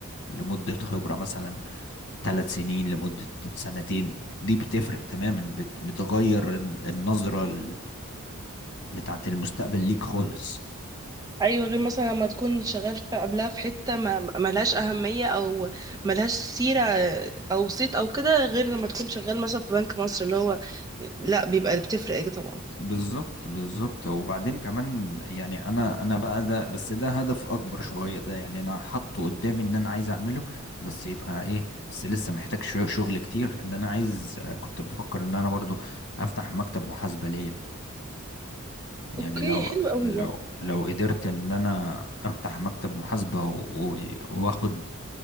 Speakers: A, on the left (about 55°); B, on the right (about 15°).
A: لمدة خبرة مثلا ثلاث سنين لمدة سنتين دي بتفرق تماما بت... بتغير ال- النظرة ال- بتاعت المستقبل ليك خالص
B: ايوه غير مثلا لما تكون شغال في قبلها في حته ما ملهاش اهميه او ملهاش سيره او صيت او كده غير لما تكون شغال مثلا في بنك مصر اللي هو لا بيبقى بتفرق طبعا
A: بالظبط بالظبط وبعدين كمان يعني انا انا بقى ده بس ده هدف اكبر شويه ده يعني انا حاطه قدامي ان انا عايز اعمله بس يبقى ايه بس لسه محتاج شو- شغل كتير ان انا عايز كنت بفكر ان انا برضو افتح مكتب محاسبه ليا يعني
B: اوكي
A: لو
B: حلو قوي
A: لو
B: ده
A: لو قدرت ان انا افتح مكتب محاسبه و- و- واخد